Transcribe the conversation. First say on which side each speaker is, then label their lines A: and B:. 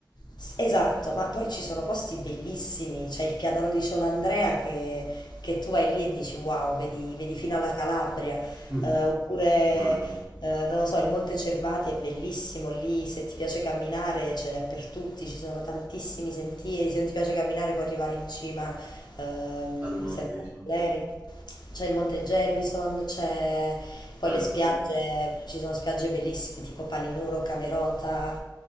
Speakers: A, on the left (about 65°); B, on the right (about 25°).
A: S- Esatto, ma poi ci sono posti bellissimi, c'è il pianoro di Ciolandrea che, che tu vai lì e dici wow, vedi, vedi fino alla Calabria,
B: Mm,
A: Eh, oppure
B: sì, Immagino.
A: eh, non lo so, il Monte Cervati è bellissimo lì, se ti piace camminare ce n'è per tutti, ci sono tantissimi sentieri, se non ti piace camminare puoi arrivare in cima ehm,
B: Al monte,
A: senza
B: diciamo.
A: problemi. C'è il Monte
B: Sì,
A: Gelbison, c'è poi
B: Bello,
A: le spiagge,
B: bello.
A: ci sono spiagge bellissime tipo Palinuro, Camerota,